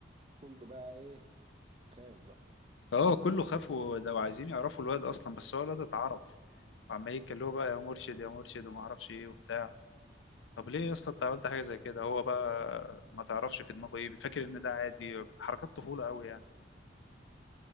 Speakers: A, on the right; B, on the left.
A: كله بقى ايه خاف بقى
B: اه كله خاف وده وعايزين يعرفوا الواد اصلا بس هو الواد اتعرف وعمال يتكلموا بقى يا مرشد يا مرشد وما اعرفش ايه وبتاع طب ليه يا اسطى انت عملت حاجه زي كده هو بقى ما تعرفش في دماغه ايه بيفكر ان ده عادي حركات طفوله قوي يعني